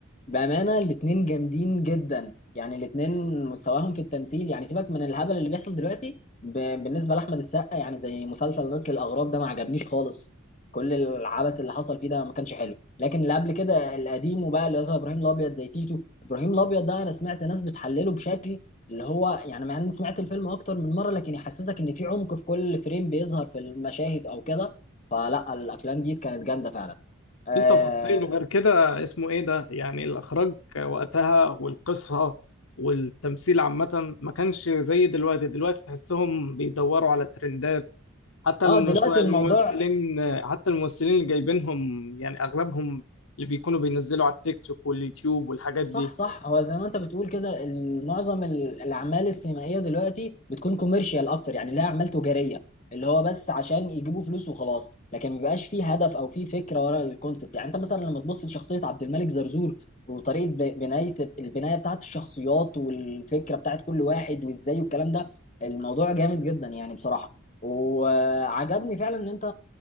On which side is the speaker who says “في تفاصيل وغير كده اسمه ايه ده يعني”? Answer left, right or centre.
Left